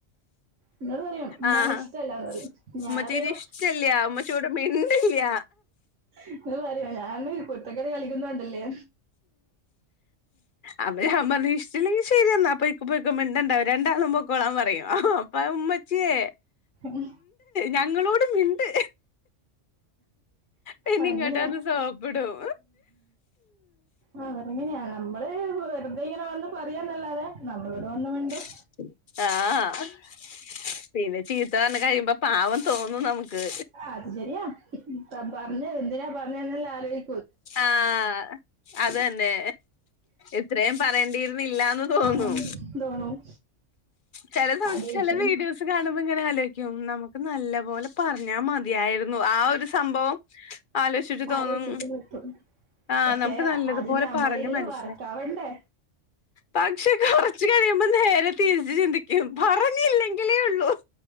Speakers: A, on the right; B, on the left.
A: എന്നോട് പറയും ഉമ്മാനിഷ്ടല്ലാന്ന്
B: ആഹ്
A: പറയും ഞാൻ
B: ഉമ്മച്ചീനെ
A: അറിയോ
B: ഇഷ്ടില്യ ഉമ്മച്ചിയോട് മിണ്ടില്യ
A: ഇങ്ങനെ പറയും ഞാൻ കുരുത്തക്കേട് കളിക്കുന്നോണ്ടല്ലേ
B: അപ്പോ ഞാൻ പറഞ്ഞ് ഇഷ്ടമില്ലെങ്കി ശരിയെന്ന അപ്പ പൊയ്ക്കോ മിണ്ടണ്ടാ രണ്ടാളും പൊക്കോളാൻ പറയും അപ്പ ഉമ്മച്ചിയെ
A: ഉം
B: ഞങ്ങളോട് മിണ്ട് പിന്നെ
A: അങ്ങനെയാ
B: ഇങ്ങോട്ട് വന്ന് സോപ്പിടും
A: ആഹ് അതെങ്ങനെയാണ് നമ്മള് വെറുതെ ഇങ്ങനെ വന്ന് പറയാന്നല്ലാതെ നമ്മളോട് വന്നു മിണ്ടും
B: <unintelligible> ആഹ് പിന്നെ ചീത്ത പറഞ്ഞ് കഴിയുമ്പോ പാവം തോന്നും നമുക്ക്
A: അത് ശരിയാ ഇപ്പ പറഞ്ഞത് എന്തിനാ പറഞ്ഞേന്നെല്ലാ ആലോചി
B: ആഹ് അത് തന്നെ ഇത്രയും പറയേണ്ടിയിരുന്നില്ലാന്ന് തോന്നും
A: ഉം, തോന്നും
B: ചെല സമയത്ത്
A: അതേ
B: ചെല
A: ശരി
B: വീഡിയോസ് സ് കാണുമ്പോ ഇങ്ങനെ ആലോചിക്കും നമുക്ക് നല്ല പോലെ പറഞ്ഞാ മതിയായിരുന്നു ആ ഒര് രു സംഭവം ആലോചിച്ചിട്ട്
A: ആലോചിച്ചിട്ട്
B: തോന്നും
A: കിട്ടും
B: ആഹ്
A: പക്ഷെ
B: നമുക്ക് നല്ലതുപോലെ
A: അത് നമ്മളെ
B: പറഞ്ഞു
A: ഇതില്
B: മനസ്സിലാക്
A: വർക്കാവണ്ടേ
B: പക്ഷെ കൊറച്ച് കഴിയുമ്പോൾ നേരെ തിരിച്ച് ചിന്തിക്കും പറഞ്ഞില്ലെങ്കിലേ ഉള്ളൂ